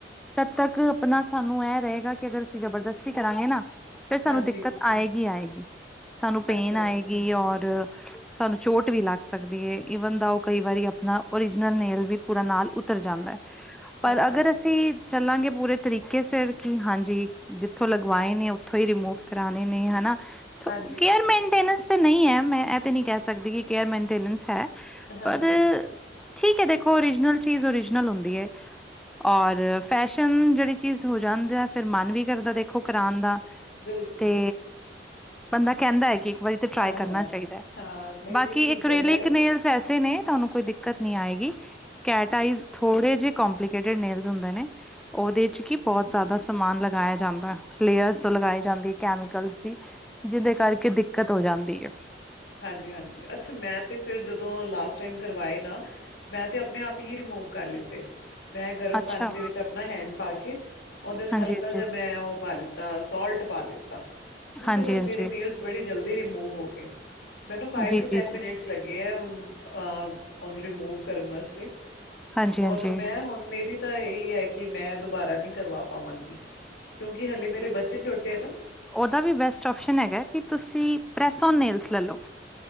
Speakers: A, in the centre; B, on the left (about 85°).
A: ਤਦ ਤੱਕ ਆਪਣਾ ਸਾਨੂੰ ਇਹ ਰਹੇਗਾ, ਕਿ ਅਗਰ ਅਸੀਂ ਜਬਰਦਸਤੀ ਕਰਾਂਗੇ ਨਾ ਫਿਰ ਸਾਨੂੰ
B: ਹਾਂਜੀ
A: ਦਿੱਕਤ ਆਏਗੀ-ਆਏਗੀ ਸਾਨੂੰ ਪੇਨ
B: ਅੱਛਾ
A: ਆਏਗੀ
B: ਅੱਛਾ
A: ਔਰ ਸਾਨੂੰ ਚੋਟ ਵੀ ਲੱਗ ਸਕਦੀ ਹੈ, ਈਵਨ ਦਾ ਉਹ ਕਈ ਵਾਰੀ ਆਪਣਾ ਓਰੀਜਨਲ ਨੇਲ ਵੀ ਪੂਰਾ ਨਾਲ ਉਤਰ ਜਾਂਦਾ ਹੈ। ਪਰ
B: ਅੱਛਾ
A: ਅਗਰ
B: ਅੱਛਾ
A: ਅਸੀਂ ਚੱਲਾਂਗੇ ਪੂਰੇ ਤਰੀਕੇ ਸਿਰ ਕਿ ਹਾਂਜੀ। ਜਿੱਥੋਂ ਲਗਵਾਏ ਨੇ, ਉੱਥੋਂ ਹੀ ਰਿਮੂਵ ਕਰਾਣੇ ਨੇ ਹਨਾ।
B: ਹਾਂਜੀ
A: ਕੇਅਰ ਮੇਨਟੇਨੈਂਸ ਤੇ ਨਹੀਂ ਹੈ ਮੈਂ ਇਹ ਤੇ ਨੀ ਕਹਿ ਸਕਦੀ ਕਿ ਕੇਅਰ ਮੇਨਟੇਨੈਂਸ ਹੈ।
B: ਹਾਂ
A: ਪਰ
B: ਹਾਂ
A: ਠੀਕ ਹੈ ਦੇਖੋ ਓਰੀਜਨਲ ਚੀਜ਼ ਓਰੀਜਨਲ ਹੁੰਦੀ ਹੈ। ਔਰ ਫੈਸ਼ਨ ਜਿਹੜੀ ਚੀਜ਼ ਹੋ ਜਾਂਦੀ ਆ ਫਿਰ ਮਨ ਵੀ ਕਰਦਾ ਦੇਖੋ ਕਰਾਉਣ ਦਾ।
B: ਬਿਲਕੁਲ
A: ਤੇ ਬੰਦਾ ਕਹਿੰਦਾ ਹੈ ਕਿ ਵਾਰੀ ਤੇ ਟਰਾਈ
B: ਹਾਂ
A: ਕਰਨਾ
B: ਹਾਂ
A: ਚਾਹੀਦਾ ਹੈ
B: ਹਾਂ ਨਹੀਂ
A: ਬਾਕੀ
B: ਨਹੀਂ ਠੀਕ
A: ਇਕੇਲੇ
B: ਹੈ ਮੈਂ ਵੀ
A: ਕਨੇਲ ਐਸੇ ਨੇ ਤੁਹਾਨੂੰ ਕੋਈ ਦੀਕ ਦਿੱਕਤ ਨਹੀਂ ਆਏਗੀ। ਕੈਟ ਆਈਸ ਥੋੜੇ ਜਿਹੇ ਕੋਮਪਲੀਕੇਟਿਵ ਨੇਲਸ ਹੁੰਦੇ ਨੇ। ਉਹਦੇ ਚ ਕੀ ਬਹੁਤ ਜ਼ਿਆਦਾ ਸਮਾਨ ਲਗਾਇਆ ਜਾਂਦਾ, ਲੇਅਰਸ ਲਗਾਈ ਜਾਂਦੀ ਹੈ ਕੈਮੀਕਲਸ ਦੀ। ਜਿਹਦੇ ਕਰਕੇ ਦਿੱਕਤ ਹੋ ਜਾਂਦੀ ਹੈ।
B: ਹਾਂਜੀ-ਹਾਂਜੀ ਅੱਛਾ ਮੈਂ ਤਾਂ ਫਿਰ ਜਦੋਂ ਲਾਸਟ ਟਾਈਮ ਕਰਵਾਏ ਨਾ ਮੈਂ ਤੇ ਆਪਣੇ ਆਪ ਹੀ ਰਿਮੂਵ ਕਰ ਲਿੱਤੇ। ਮੈਂ ਗਰਮ
A: ਅੱਛਾ
B: ਪਾਨੀ ਦੇ ਵਿੱਚ ਆਪਣਾ ਹੈਂਡ ਪਾ ਕੇ, ਓਦੇ ਵਿੱਚ
A: ਹਾਂਜੀ
B: ਹਲਕਾ
A: ਹਾਂਜੀ
B: ਜਿਆ ਮੈਂ ਓ ਪਾ ਲਿੱ ਤ ਸੋਲਟ ਪਾ ਲਿੱਤਾ ਉਂਦੇ
A: ਹਾਂਜੀ
B: ਨਾਲ
A: ਹਾਂਜੀ।
B: ਮੇਰੇ ਨੇਲਸ ਬੜੀ ਜਲਦੀ ਰਿਮੂਵ ਹੋਗੇ। ਮੈਨੂੰ ਫਾਈਵ
A: ਜੀ
B: ਟੂ ਟੈਨ
A: ਜੀ ਜੀ
B: ਮਿਨਟਸ ਲੱਗੇ ਆ ਅ ਓਨੂੰ ਰਿਮੂਵ ਕਰਨ ਵਾਸਤੇ
A: ਹਾਂਜੀ ਹਾਂਜੀ
B: ਔਰ ਮੈਂ ਹੁਣ ਮੇਰੀ ਤਾਂ ਐਈ ਐ ਕਿ ਮੈਂ ਦੁਬਾਰਾ ਨੀ ਕਰਵਾ ਪਾਵਾਂਗੀ ਕਿਉਂਕਿ ਹਲੇ ਮੇਰੇ ਬੱਚੇ ਛੋਟੇ ਆ ਨਾ
A: ਓਦਾ ਵੀ ਬੈਸਟ ਓਸ਼ਨ ਹੈਗਾ ਕਿ ਤੁਸੀਂ ਪ੍ਰੈਸ ਓਨ ਨੇਲਸ ਲੈ ਲਓ।